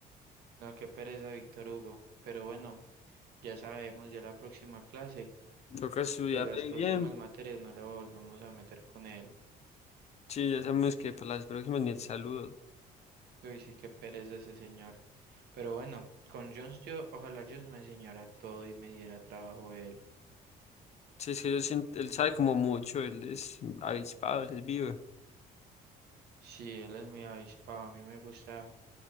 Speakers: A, on the right; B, on the left.
A: No, qué pereza Víctor Hugo. Pero bueno, ya sabemos, ya la próxima clase,
B: Toca estudiar
A: pues las
B: re
A: próximas
B: bien,
A: materias no le volvemos a meter con él.
B: sí, ya sabemos que para las próximas ni el saludo.
A: Uy, sí, qué pereza ese señor. Pero bueno, con Jones yo, ojalá Jones me enseñara todo y me diera trabajo él.
B: Sí, es que yo siento- él sabe como mucho, él es avispado, él es vivo.
A: Sí, él es muy avispado. A mí me gusta